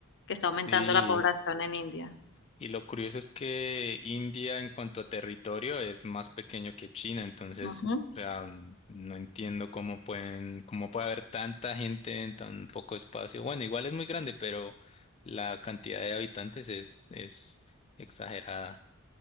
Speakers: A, on the left; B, on the left.
A: que está aumentando
B: Sí.
A: la población en India.
B: Y lo curioso es que India en cuanto a territorio es más pequeño que China, entonces,
A: Ujú,
B: o sea, no entiendo cómo pueden, cómo puede haber tanta gente en tan poco espacio. Bueno, igual es muy grande, pero la cantidad de habitantes es, es exagerada.